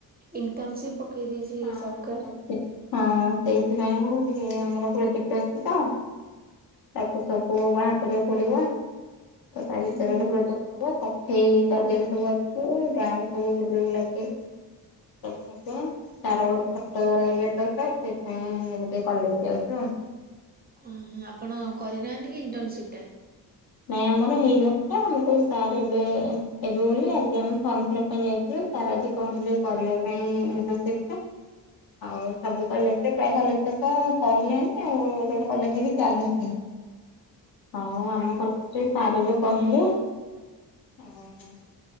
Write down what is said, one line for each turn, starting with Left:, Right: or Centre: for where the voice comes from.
Right: ଇଣ୍ଟର୍ନସିପ୍ ପକେଇ ଦେଇେଇଛି
Left: ହଁ
Right: ସରକାର
Left: ଇଣ୍ଟର୍ନସିପ୍। ହଁ ସେଇଥିପାଇଁ ଟିକେ ଆମର ପ୍ରୋଜେକ୍ଟ ଅଛି ତ ତାକୁ ସବୁ ବାହାର କରିବାକୁ ପଡିବ। ତ ତା ଭିତରେ
Right: ହୁଁ
Left: ଗୋଟେ ପ୍ରୋଜେକଟ ହବ। ସଫେଇ କାର୍ଯ୍ୟ ବି ସବୁ ଅଛି ଗାଁରେ ସବୁ ବୁଲି ବୁଲାକି ସବୁ ହବ। ତାର ଗୋଟେ ଫଟୋ ନେବେ ତ ସାର୍ ସେଥିପାଇଁ ଏବେ ଟିକେ କଲେଜ ଯାଉଛୁ ଆଉ।
Right: ଓହୋ ଆପଣ କରିନାହାନ୍ତି କି ଇଣ୍ଟର୍ନସିପ ଟା?
Left: ନାଇଁ ଆମର ହେଇନଥିଲା। ମୁଁ କହିଲି ସାର୍ ଏବେ ଏବେ ବୋଲି ଆଜି ଆମେ ଫର୍ମ ଫିଲପ୍ ପାଇଁ ଯାଇଥିଲୁ। ସାର ଆଜି କହିଲେ କରିବା ପାଇଁ ଇଣ୍ଟର୍ନସିପ ଟା। ଆଉ ସବୁ କଲେଜରେ ପ୍ରାୟ କଲେଜ ତ ସରିଲାଣି ଆଉ ଗୋଟେ ଗୋଟେ କଲେଜରେ ବି ଚାଲୁଛି। ଆଉ
Right: ହଁ।
Left: ଆମ କଲେଜ ରେ ସାର୍ ବି କହିଲେ ଆଉ